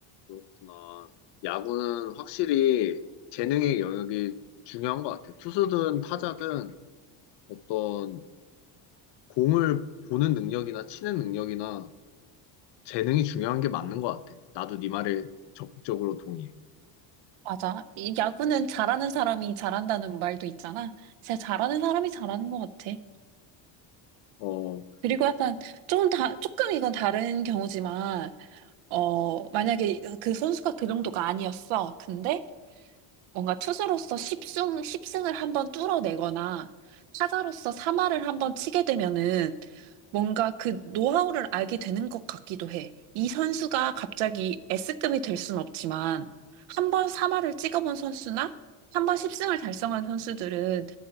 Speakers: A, on the left; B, on the right.
A: 그렇구나. 야구는 확실히 재능의 영역이 중요한 것 같아. 투수든 타자든 어떤 공을 보는 능력이나 치는 능력이나 재능이 중요한 게 맞는 것 같아. 나도 네 말에 적극적으로 동의해.
B: 맞아. 이 야구는 잘하는 사람이 잘한다는 말도 있잖아. 진짜 잘하는 사람이 잘하는 것 같아.
A: 어,
B: 그리고 약간 조금 다, 조금 이건 다른 경우지만 어, 만약에 그 선수가 그 정도가 아니었어. 근데 뭔가 투수로서 10승, 10승을 한번 뚫어내거나 타자로서 3할을 한번 치게 되면은 뭔가 그 노하우를 알게 되는 것 같기도 해. 이 선수가 갑자기 S급이 될 순 없지만 한 번 3할을 찍어본 선수나 한 번 10승을 달성한 선수들은